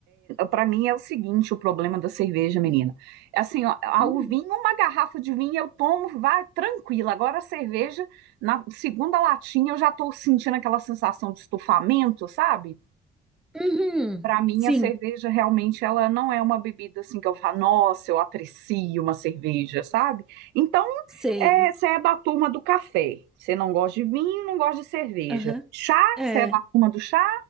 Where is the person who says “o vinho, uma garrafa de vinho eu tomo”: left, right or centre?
Right